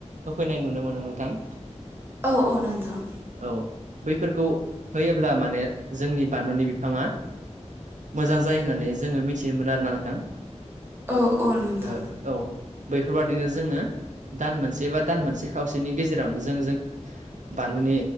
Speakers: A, on the right; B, on the right.
A: होफैनाय नुनो मोनो नोंथां।
B: औ औ नोंथां।
A: औ बैफोरखौ होयोब्ला माने जोंनि बानलुनि बिफाङा मोजां जायो होननानै जोङो मिथिनो मोनो आरोना नोंथां।
B: औ औ नोंथां
A: ओ औ बैफोर बादिनो जोङो दान मोनसे बा दान मोनसे खावसेनि गेजेरावनो जों जोंनि बानलुनि